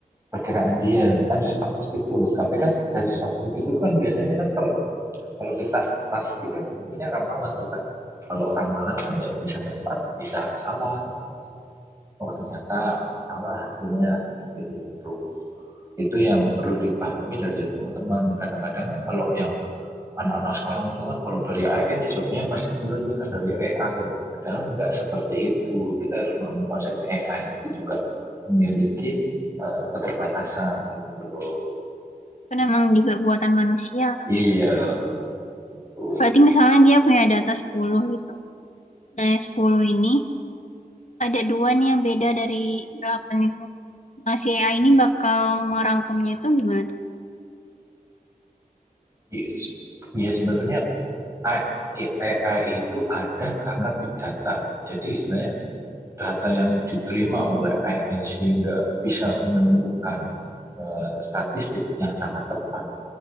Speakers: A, on the right; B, on the left.
A: perkiraan dia kan dari statistik tuh tapi kan dari statistik itu kan biasanya kan kalau kalau kita statistik kan sebenarnya ramalan tuh kan kalau ramalan kan ya bisa tepat bisa salah gitu. oh ternyata salah hasilnya seperti itu itu yang perlu dipahami dari teman-teman kadang-kadang kan kalau yang anak-anak sekarang itu kan kalau dari AI ini jawabnya pasti benar nih kan dari AI. Padahal nggak seperti itu. Kita harus memahami konsep AI itu juga memiliki eh, keterbatasan gitu loh.
B: Karena emang juga buatan manusia kan
A: Iya,
B: ya.
A: betul.
B: Berarti misalnya dia punya data 10 gitu. Nah yang 10 ini ada dua nih yang beda dari 8 itu. Nah si AI ini bakal merangkumnya itu gimana tuh?
A: Iya, se- iya, sebenarnya AI, AI itu ada karena big data. Jadi istilahnya data yang diterima oleh AI sehingga bisa menemukan eh, statistik yang sangat tepat